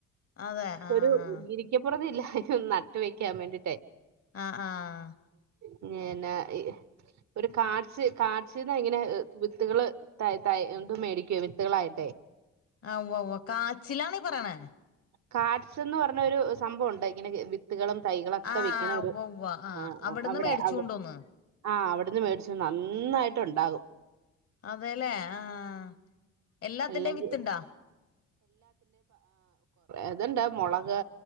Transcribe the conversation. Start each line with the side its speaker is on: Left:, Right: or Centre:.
Left: അതെ ആഹ്
Right: ഒരു ഇരിക്കപൊറുതി ഇല്ല. ഇത് നട്ട് വെക്കാൻ വേണ്ടിട്ടെ
Left: ആഹ് ആഹ്
Right: പിന്നെ ഇ ഒരു കാച്ച് കാച്ച്ന്നങ്ങനെ വിത്തുകള് തൈ തൈ എന്തും മേടിക്കും വിത്തുകളായിട്ടെ
Left: ആഹ് ഉവ്വ ഉവ്വ കാച്ചിലാന്നി പറിണേ
Right: കാഡ്സ്ന്ന് പർഞ്ഞൊരു സംഭവുണ്ട് ഇങ്ങനെ വിത്ത്കളും തൈകളൊക്കെ
Left: ആഹ്
Right: വെക്ക്നൊരു
Left: ഉവ്വ ഉവ്വ ആഹ്
Right: ആ
Left: അവിടുന്ന്
Right: ആ അവിടെ
Left: മേടിച്ചു
Right: അവ്
Left: കൊണ്ടോന്ന്
Right: ആ അവ് അവിടുന്ന് മേടിച്ചു നന്നായിട്ട് ണ്ടാകും
Left: അതെലെ ആഹ് എല്ലാത്തിന്റേം
Right: അല്ലെങ്കിൽ
Left: വിത്ത്ണ്ടോ
Right: അത്‌ണ്ട് മൊളക്